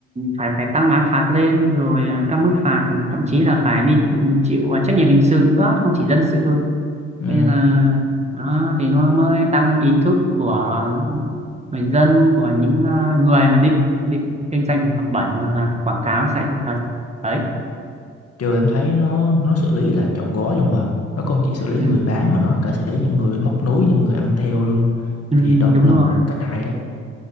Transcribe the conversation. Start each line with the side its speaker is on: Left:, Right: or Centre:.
Right: phải phải tăng án phạt lên rồi ờ, các mức phạt thậm chí là phải đi chịu à, trách nhiệm hình sự nữa không chỉ dân sự
Left: Ừ.
Right: Thế nên là đó, thì nó mới tăng ý thức của người dân của những ờ, người mà định định kinh doanh thực phẩm bẩn hoặc là quảng cáo sai sự thật đấy
Left: Chưa em thấy nó nó xử lý là trọn gói luôn mà. Nó không chỉ xử lý
Right: ừ.
Left: người bán mà nó cả xử lý những người móc nối, những người ăn theo luôn.
Right: Ừ,
Left: Thì đó
Right: đúng
Left: cũng là
Right: rồi
Left: một cách hay đó.